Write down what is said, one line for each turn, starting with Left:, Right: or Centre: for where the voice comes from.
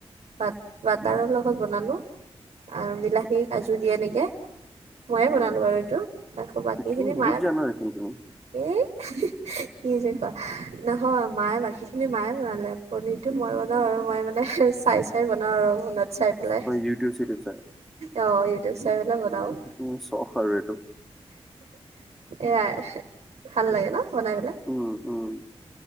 Right: বাত-বাটাৰৰ লগত বনালোঁ আৰু বিলাহী কাজু দিয়ে এনেকে। ময়ে
Centre: অ
Right: বনালোঁ আৰু এইটো আকৌ বাকী
Centre: কুকিং
Right: খিনি
Centre: বহুত
Right: মায়ে
Centre: জানা দেখোন <inaudible>
Right: এই কি যে কোৱা, নহয় মায়ে বাকী খিনি মায়ে বনালে পনিৰতটো মই বনা আৰু মই মানে চাই, চাই বনাওঁ আৰু ফোনত চাই পেলাই।
Centre: ইউটিউব-চিইউটিউব চাই?
Right: অ', ইউটিউব চাই পেলাই বনাওঁ।
Centre: উম চখ আৰু এইটো?
Right: এয়াই ভাল লাগে ন বনাই পেলাই।
Centre: উম, উম